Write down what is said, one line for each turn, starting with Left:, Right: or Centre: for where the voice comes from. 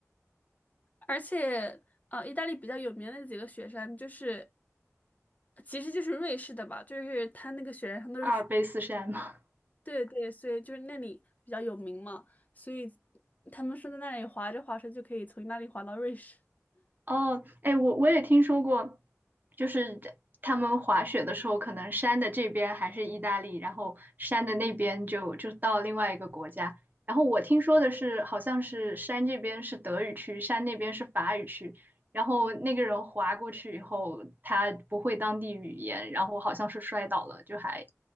Left: 而且，呃，意大利比较有名的几个雪山，就是其实就是瑞士的吧，就是它那个雪山上都是水
Right: 阿尔卑斯山吗？
Left: 对对，所以就是那里比较有名嘛，所以他们说在那里滑着滑着就可以从意大利滑到瑞士。
Right: 哦，哎，我我也听说过，就是他们滑雪的时候，可能山的这边还是意大利，然后山的那边就就到另外一个国家。然后我听说的是，好像是山这边是德语区，山那边是法语区。然后那个人滑过去以后，他不会当地语言，然后好像是摔倒了，就还